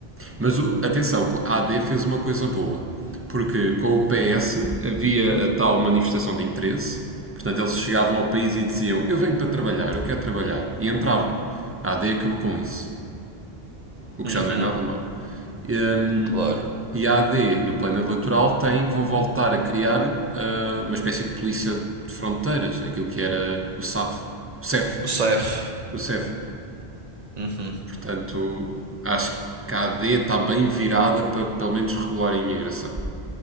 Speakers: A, on the right (about 15°); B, on the right (about 40°).
A: Mas o- atenção, a AD fez uma coisa boa. Porque com o PS havia a tal manifestação de interesse. Portanto, eles chegavam ao país e diziam: Eu venho para trabalhar, eu quero trabalhar. E entravam. A AD acabou com isso. O que
B: Uhum,
A: já não é nada mau. Hum,
B: claro.
A: E a AD, no plano eleitoral, tem que vão voltar a criar ah, uma espécie de polícia de fronteiras, É aquilo que era o SAF. O CEF.
B: O CEF.
A: O CEF.
B: Uhum.
A: Portanto, acho que a AD está bem virada para pelo menos regular a imigração.